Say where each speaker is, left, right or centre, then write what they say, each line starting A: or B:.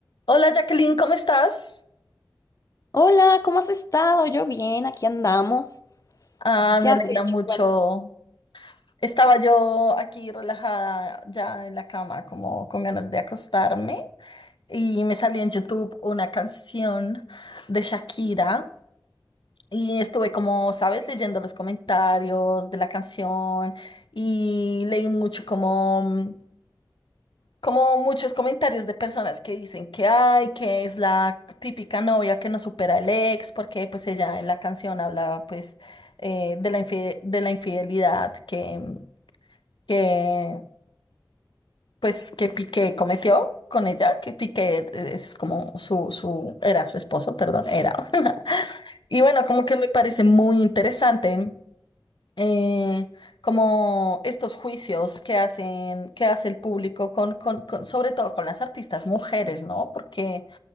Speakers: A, on the left; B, on the left.
A: Hola Jacqueline, ¿cómo estás?
B: Hola, ¿cómo has estado? Yo bien, aquí andamos.
A: Ah,
B: ¿Qué
A: me
B: has
A: alegra
B: hecho?
A: mucho.
B: Cuenta.
A: Estaba yo aquí relajada ya en la cama, como con ganas de acostarme, y me salió en YouTube una canción de Shakira y estuve como, sabes, leyendo los comentarios de la canción y leí mucho como mm, Como muchos comentarios de personas que dicen que ay que es la típica novia que no supera el ex, porque pues ella en la canción hablaba pues eh, de la infi- de la infidelidad que, que pues que Piqué cometió con ella, que Piqué es como su, su, era su esposo, perdón, era. <laughs> Y bueno, como que me parece muy interesante eh, como estos juicios que hacen, que hace el público con, con, con- sobre todo con las artistas mujeres, ¿no? Porque